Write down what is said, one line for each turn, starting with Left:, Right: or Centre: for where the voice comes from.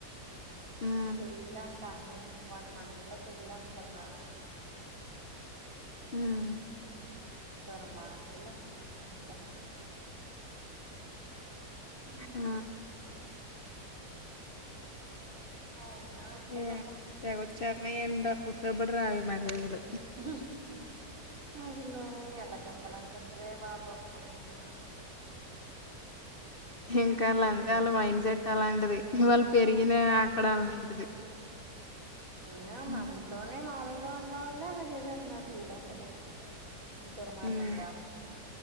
Left: హ్మ్.
Right: పెళ్ళంట అమ్మాయికి వన్ మంత్ లో పెళ్ళనుకున్నారు.
Left: హ్మ్.
Right: దూర్మార్గులు అందరు హ్మ్
Left: ఆ!
Right: అవునా అసల్లో
Left: యాహ్! తెగొచ్చేతున్నాయి ఏంటో గుర్తుపడి రావు ఈ మెసేజ్‌లు.
Right: <unintelligible> అసలు ఎలా జంపాలని అదే బాబు ఒక మనిషినా
Left: ఇంకా ఆల్లు
Right: ఏ
Left: అంతే ఆళ్ళ మైండ్ సెట్ అలాంటిది వాళ్ళు పెరిగిన అక్కడ అలాంటిది
Right: న
Left: హ్మ్.
Right: మనతోనే మామూలుగా ఉన్న వాళ్ళే అలా చేసేస్తున్నారు చూడ అసల దుర్మార్గంగా
Left: హ్మ్.